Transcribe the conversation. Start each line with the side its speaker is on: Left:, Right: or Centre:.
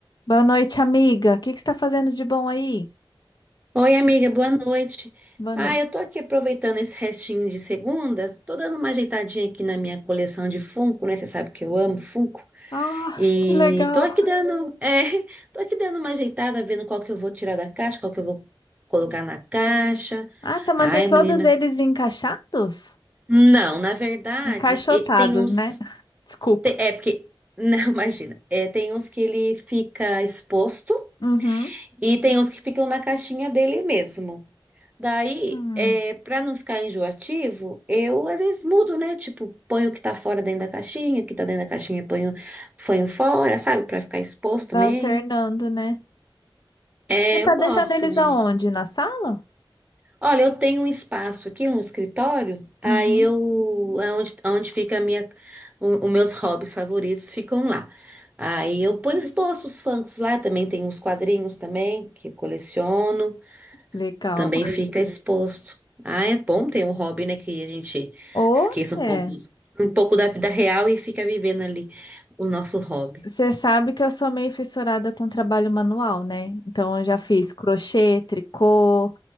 Left: Boa noite, amiga. O que que você está fazendo de bom aí?
Right: Oi, amiga, boa noite.
Left: Boa
Right: Ah,
Left: noite.
Right: eu tô aqui aproveitando esse restinho de segunda, tô dando uma ajeitadinha aqui na minha coleção de Funko, né? Você sabe que eu amo Funko.
Left: Ah,
Right: E
Left: que legal.
Right: tô aqui dando, é, <laughs> tô aqui dando uma ajeitada, vendo qual que eu vou tirar da caixa, qual que eu vou colocar na caixa.
Left: Ah, você mantém
Right: Ai,
Left: todos
Right: menina.
Left: eles encaixados?
Right: Não, na verdade,
Left: Encaixotados,
Right: e- tem uns.
Left: né? Desculpa.
Right: te- É porque. <laughs> Não, imagina. É, tem uns que ele fica exposto
Left: Uhum.
Right: e tem uns que ficam na caixinha dele mesmo. Daí,
Left: Hum,
Right: é, para não ficar enjoativo, eu às vezes mudo, né? Tipo, ponho o que tá fora dentro da caixinha, o que tá dentro da caixinha ponho, ponho fora, sabe? Pra ficar exposto também.
Left: Vai alternando, né?
Right: É,
Left: Você tá
Right: eu gosto
Left: deixando eles
Right: de.
Left: aonde? Na sala?
Right: Olha, eu tenho um espaço aqui, um escritório, aí
Left: Uhum.
Right: eu. É onde, onde fica a minha, o- os meus hobbies favoritos ficam lá. Aí eu ponho exposto os funkos lá, também tem uns quadrinhos também que eu coleciono.
Left: Legal.
Right: também fica exposto. Ah, é bom ter um hobby, né, que a gente
Left: Olha,
Right: esqueça um pouco, um pouco da vida real e fica vivendo ali o nosso hobby.
Left: Você sabe que eu sou meio fissurada com trabalho manual, né? Então eu já fiz crochê, tricô